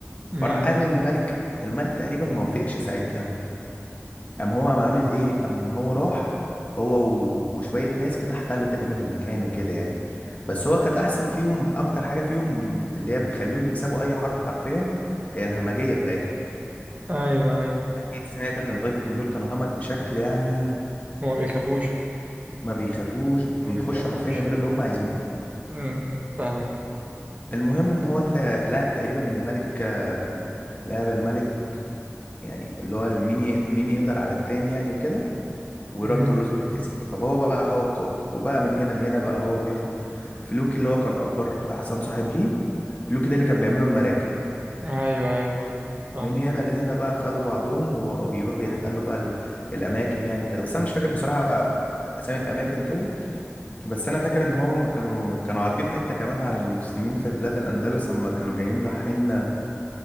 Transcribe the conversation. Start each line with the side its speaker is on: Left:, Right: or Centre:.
Right: امم
Left: فراح قال للملك الملك تقريبا ما وافقش ساعتها قام هو قام عامل ايه قام هو راح هو و- وشوية ناس كده احتلوا تقريبا المكان وكده يعني بس هو كانت احسن فيهم اكتر حاجة فيهم اللي هي بتخليهم يكسبوا اي حرب حرفيا هي الهمجية بتاعتهم
Right: ايوه ايوه
Left: اكيد سمعت ان الفايكنج دول كانوا همج بشكل يعني
Right: هما بيخافوش
Left: ما بيخافوش بيخشوا
Right: ما بيخافوش
Left: حرفيا يعملوا اللي هم عايزينه
Right: امم فاهمك
Left: المهم ان هو تا- لاعب تقريبا الملك آه، لاعب الملك يعني اللي هو مين يق- مين يقدر على التاني يعني وكده وراجنر
Right: امم
Left: لوسبرج كسب فهو بقى هو القائد وبقى من هنا لهنا بقى هو بياخد ف- فلوكي اللي هو كان اكبر احسن صاحب ليه فلوكي
Right: أمم.
Left: ده اللي كان بيعمله المراكب
Right: ايوه ايوه فاهم
Left: من هنا لهنا بقى خدوا بعضهم وبقوا بيروحوا يحتلوا بقى ال- الاماكن يعني وكده بس انا مش فاكر بصراحة اسامي الاماكن وكده بس انا فاكر ان هم كانوا كانوا عارضين حته كمان على المسلمين في بلاد الاندلس اما كانوا جايين رايحين